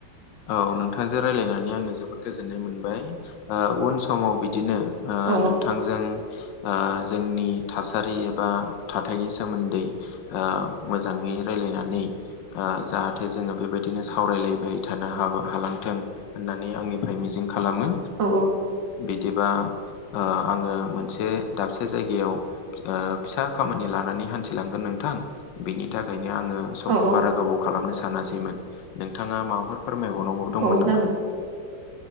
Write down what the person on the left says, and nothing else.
औ नोंथांजों रायज्लायनानै आङो जोबोद गोजोननाय मोनबाय ओ उन समाव बिदिनो ओ
नोंथांजों ओ जोंनि थासारि एबा थाथायनि सोमोन्दै ओ मोजाङै रायलायनानै ओ जाहाथे जोङो बेबायदिनो सावरायलायबाय थानो हाबो हालांथों होननानै आंनिफ्राय मिजिं खालामो
बिदिबा आङो मोनसे दाबसे जायगायाव फिसा खामानि लानानै हान्थिलांगोन नोंथां बेनि थाखायनो आङो
खौ
बारा गोबाव खालामनो सानासैमोन नोंथाङा माबाफोर फोरमायबावनांगौ दंमोन
नामा